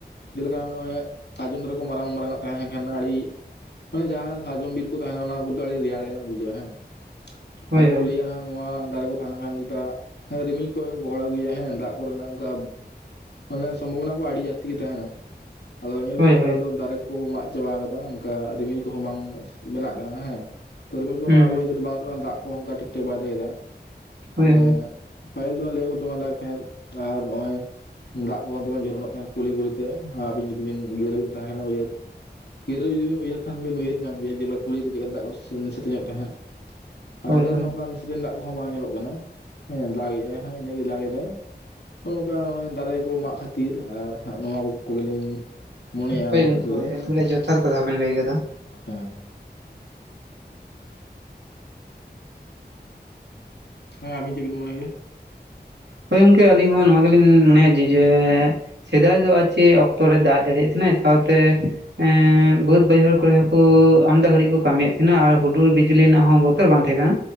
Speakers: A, on the left; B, on the right.
A: ᱡᱮᱞᱮᱠᱟ ᱱᱚᱜ ᱚᱭ ᱥᱟᱨᱡᱚᱢ ᱫᱟᱨᱮ ᱠᱚ ᱢᱟᱨᱟᱝ ᱻᱢᱟᱨᱟᱝ ᱟ ᱛᱟᱦᱮᱸᱞᱮ ᱠᱷᱟᱱ ᱟᱹᱰᱤ ᱢᱟᱱᱮ ᱡᱟᱦᱟᱸ ᱥᱟᱨᱡᱚᱢ ᱵᱤᱨ ᱠᱚ ᱛᱟᱦᱮᱱᱟ ᱚᱱᱟ ᱠᱚᱫᱚ ᱟᱹᱰᱤ ᱨᱮᱭᱟᱲ ᱜᱮᱱᱟᱜ ᱵᱩᱡᱷᱟᱹᱜᱼᱟ ᱦᱮᱸ
B: ᱦᱳᱭ
A: ᱟᱫᱚ
B: ᱦᱳᱭ
A: ᱠᱚ ᱞᱟᱹᱭ ᱱᱚᱣᱟ ᱫᱟᱨᱮ ᱠᱚ ᱛᱟᱦᱮᱸ ᱞᱮᱱᱠᱷᱟᱱ ᱡᱮᱴᱟᱜ ᱨᱤᱢᱤᱞ ᱠᱚ ᱜᱚᱦᱚᱲ ᱟᱹᱜᱩᱭᱟ ᱦᱮᱸ ᱫᱟᱜ ᱠᱚᱨᱮᱱᱟᱜ ᱚᱱᱠᱟ ᱢᱟᱱᱮ ᱥᱚᱢᱵᱷᱚᱵᱱᱟ ᱠᱚ ᱟᱹᱰᱤ ᱡᱟᱹᱥᱛᱤ ᱜᱮ ᱛᱟᱦᱮᱱᱟ ᱟᱫᱚ ᱧᱮᱞ
B: ᱦᱳᱭ
A: ᱵᱤᱱ ᱦᱟᱸᱜ
B: ᱦᱳᱭ
A: ᱱᱮᱛᱟᱨ ᱫᱚ ᱫᱟᱨᱮ ᱠᱚ ᱢᱟᱜ ᱪᱟᱵᱟ ᱠᱟᱫᱟ ᱚᱱᱠᱟ ᱨᱤᱢᱤᱞ ᱠᱚᱦᱚᱸ ᱵᱟᱝ ᱵᱮᱱᱟᱜᱼᱚ ᱦᱮᱸ ᱛᱚᱨᱢᱤᱞ ᱠᱚᱦᱚᱸ
B: ᱦᱩᱸ
A: ᱟᱵᱚ
B: ᱦᱩᱸ
A: <inaudible> ᱫᱟᱜ ᱠᱚ ᱚᱱᱠᱟ ᱴᱷᱤᱠ ᱴᱷᱟᱠ ᱵᱟᱭ ᱫᱟᱜ ᱮᱫᱟ
B: ᱦᱳᱭ
A: <inaudible>
B: ᱦᱳᱭ
A: ᱯᱟᱦᱤᱞ ᱫᱚ ᱞᱟᱹᱭ ᱠᱚ ᱛᱚᱢᱟ ᱫᱟᱜ ᱮ ᱛᱟᱦᱮᱸ ᱟᱨ ᱱᱚᱜ-ᱚᱭ ᱫᱟᱜ ᱠᱚᱦᱚᱸ ᱫᱚᱢᱮ ᱡᱚᱨᱚᱱᱚᱜ ᱛᱟᱦᱮᱱ ᱠᱩᱞᱤᱻ ᱠᱩᱞᱤ ᱛᱮ ᱟᱹᱵᱤᱱ ᱡᱩᱫᱤ ᱵᱤᱱ ᱤᱭᱟᱹᱟᱹᱨᱵᱱ ᱛᱟᱦᱮᱸ ᱠᱟᱱᱟ ᱡᱩᱫᱤ ᱩᱭᱦᱟᱹᱨ ᱜᱤᱨᱟᱹ ᱡᱩᱫᱤᱤᱱ ᱩᱭᱦ ᱠᱷᱟᱱ ᱵ ᱩᱭᱦᱟᱹᱨ ᱧᱟᱢ ᱜᱮᱭᱟ ᱡᱮᱞᱮᱠᱟ ᱠᱩᱲᱤ ᱪᱮᱠᱟ ᱫᱟᱜ ᱠᱚ ᱥᱮ ᱧᱚᱜ ᱛᱟᱦᱮᱸᱫ <unintelligible>
B: ᱦᱳᱭ ᱦᱳᱭ
A: ᱱᱚᱝᱠᱟ ᱥᱤᱱ ᱫᱟᱜ ᱠᱚᱦᱚᱸ ᱵᱟᱝ ᱧᱮᱞᱚᱜ ᱠᱟᱱᱟ ᱦᱮᱸ ᱫᱟᱜ ᱮᱫᱟᱭ ᱦᱮ ᱤᱱᱟᱹᱜ ᱜᱮᱭ ᱫᱟᱜ ᱮᱟᱭ ᱱᱚᱜ ᱱᱚᱝᱠᱟ ᱱᱚᱜᱚᱭ ᱫᱟᱨᱮ ᱠᱚ ᱢᱟᱜ ᱠᱷᱟᱹᱛᱤᱨ ᱟᱨᱟᱸᱜ ᱱᱚᱣᱟ ᱠᱚᱜᱮᱞᱤᱧ ᱢᱚᱱᱮᱭᱟ ᱟᱹᱞᱤᱧᱟᱜ
B: ᱦᱳᱭ ᱜᱚᱝᱠᱮ
A: ᱛᱮᱫᱚ
B: ᱦᱳᱭ ᱮᱠᱵᱟᱨᱮ ᱡᱚᱛᱷᱟᱛ ᱠᱟᱛᱷᱟ ᱵᱤᱱ ᱞᱟᱹᱭ ᱠᱮᱫᱟ
A: ᱦᱮᱸᱻᱦᱮᱸ ᱦᱮᱸ ᱟᱵᱤᱱ ᱪᱮᱫ ᱵᱤᱱ ᱢᱚᱱᱮ ᱜᱮᱭᱟ
B: ᱦᱳᱭ ᱜᱚᱝᱠᱮ ᱟᱹᱞᱤᱧ ᱦᱚᱸ ᱱᱚᱣᱟ ᱜᱮᱞᱤᱧ ᱢᱚᱱᱮᱭᱟ ᱡᱮ ᱻᱡᱮ ᱥᱮᱫᱟᱭ ᱫᱚ ᱟᱨ ᱪᱮᱫ ᱚᱠᱛᱚ ᱨᱮ ᱫᱟᱜ ᱡᱟᱲᱤᱭᱟᱜ ᱠᱟᱱᱟᱱᱟ ᱥᱟᱶᱛᱮ ᱾ ᱮᱻᱵᱟᱹᱫ ᱵᱟᱹᱭᱦᱟᱹᱲ ᱠᱚᱨᱮ ᱦᱚᱸᱠᱩ ᱟᱢᱫᱟ ᱜᱷᱟᱹᱲᱤᱡ ᱠᱚ ᱠᱟᱹᱢᱤᱭᱮᱫ ᱛᱟᱦᱮᱸᱫᱱᱟ ᱟᱨ ᱦᱩᱰᱩᱨ ᱵᱤᱡᱞᱤ ᱨᱮᱱᱟᱜ ᱦᱚᱸ ᱵᱚᱛ ᱛ ᱵᱟᱝ ᱛᱟᱦᱮᱸ ᱠᱟᱱᱟ